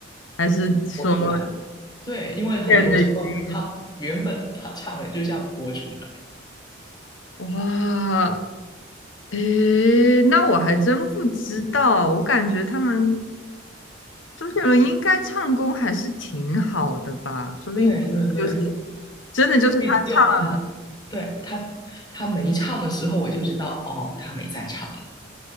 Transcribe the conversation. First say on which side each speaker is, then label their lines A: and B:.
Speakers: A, on the left; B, on the left.
A: 还是说
B: 播出来。
A: <laughs>
B: 对，因为很多时候他原本他唱的就像播出来。
A: 练的鱼哇，诶，那我还真不知道，我感觉他们周杰伦应该唱功还是挺好的吧，说不定就是。
B: 对对对，
A: 真的就是他唱
B: 所以只有他，对他他没唱的时候，我就知道哦，他没在唱。